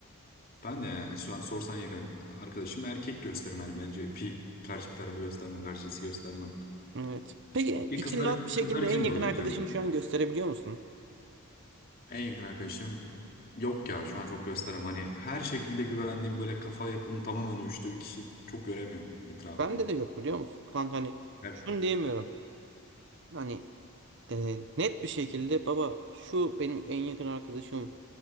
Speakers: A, on the left; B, on the right.
A: Ben de yani şu an sorsan yakın arkadaşım erkek gösterim yani bence bir karşı bir tarafı göstermem, karşı cinsi göstermem.
B: Evet. Peki
A: Ki
B: için
A: kızlar
B: rahat bir şekilde
A: kızlar için
B: en yakın
A: de o geçerli
B: arkadaşını
A: bence.
B: şu an gösterebiliyor musun?
A: En yakın arkadaşım yok ya şu an çok gösterem. Hani her şekilde güvendiğim böyle kafa yapım tamamen uyuştuğu bir kişi çok göremiyorum etrafımda.
B: Bende de yok biliyor musun? Kanka hani
A: Evet.
B: şunu diyemiyorum. Hani e, net bir şekilde baba şu benim en yakın arkadaşım.